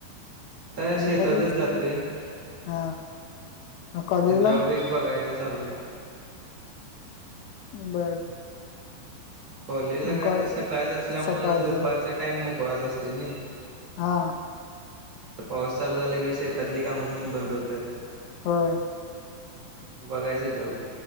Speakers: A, on the right (about 45°); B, on the left (about 85°).
A: त्या शेतातच
B: शेतातलीच काय
A: जातय.
B: हा. मग कॉलेजला
A: त्यात जॉब एक बघायच चाललंय.
B: बर बर.
A: कॉलेजला काय
B: कॉ
A: आता सकाळच असल्यामुळे
B: सकाळचं
A: दुपारचा टाइम मोकळाच असतय नाई.
B: हा
A: आता पाऊस चालू झाला की, शेतातली कामं पण बंद होत्यात.
B: होय.
A: बघायच जॉब.